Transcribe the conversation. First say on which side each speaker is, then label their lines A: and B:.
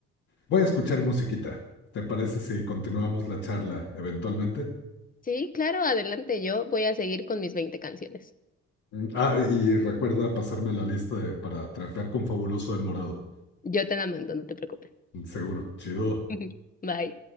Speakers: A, on the left; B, on the left.
A: voy a escuchar musiquita. ¿Te parece si continuamos la charla eventualmente?
B: Sí, claro, adelante, yo voy a seguir con mis 20 canciones.
A: Mm, Ah, y recuerda pasarme la lista de- para trapear con Fabuloso el Morado.
B: Yo te la mando, no te preocupes.
A: Seguro, chido.
B: <laughs> Bye.